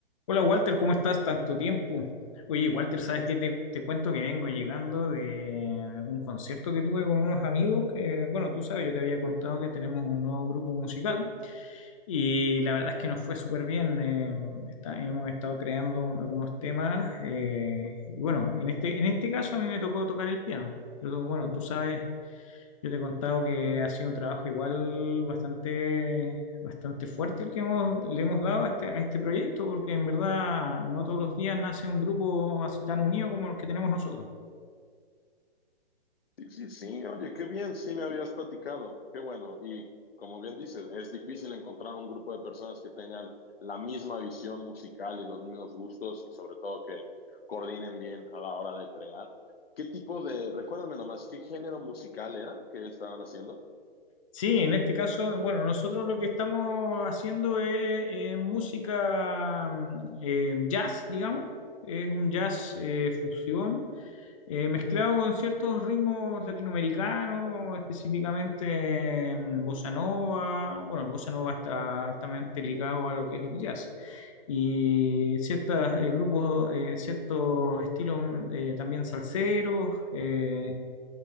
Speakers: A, on the left; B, on the left.
A: Hola Walter, ¿cómo estás? Tanto tiempo. Oye, Walter, ¿sabes
B: Mucho,
A: qué? Te, te cuento que vengo llegando de un concierto que tuve con unos amigos que, bueno, tú sabes, yo te había contado que tenemos un nuevo grupo musical y la verdad es que nos fue súper bien. eh, está- hemos estado creando un- algunos temas eh, y bueno, en este, en este caso a mí me tocó tocar el piano, pero tú- bueno, tú sabes yo te he contado que ha sido un trabajo igual bastante, bastante fuerte el que hemos, le hemos dado a este, a este proyecto, porque en verdad no todos los días nace un grupo así tan unido como el que tenemos nosotros.
B: sí, sí, sí, oye, qué bien, sí me habías platicado, qué bueno. Y como bien dices, es difícil encontrar un grupo de personas que tengan la misma visión musical y los mismos gustos y sobre todo que coordinen bien a la hora de crear. ¿Qué tipo de, recuérdame nomás, qué género musical era que estaban haciendo?
A: Sí, en este caso, bueno, nosotros lo que estamos haciendo es, eh, música mm, eh, jazz, digamos, es un jazz
B: Wow.
A: eh, fusión eh, mezclado con ciertos ritmos latinoamericanos, específicamente en bossa nova. Bueno, el bossa nova está altamente ligado a lo que es el jazz. Y ciertos grupos, eh, ciertos estilos eh, también salseros. eh,